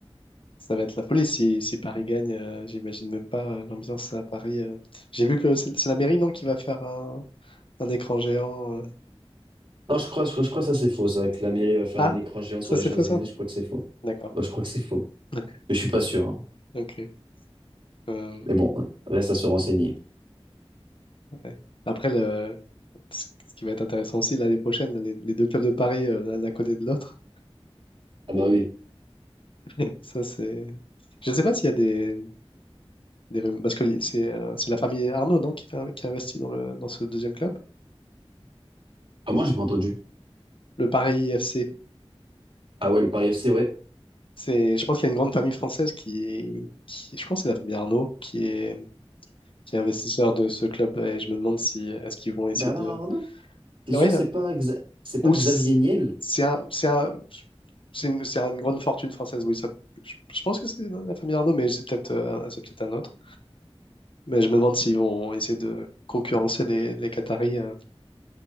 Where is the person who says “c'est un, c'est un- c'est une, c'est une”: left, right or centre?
Left